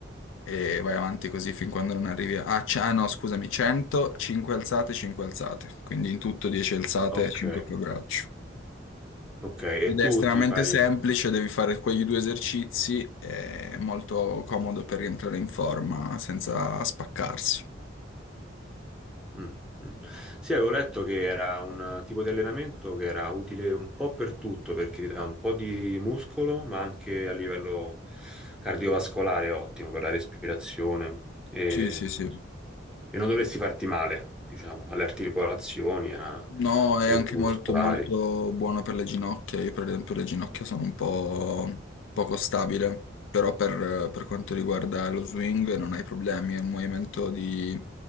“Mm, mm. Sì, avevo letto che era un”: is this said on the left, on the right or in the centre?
Centre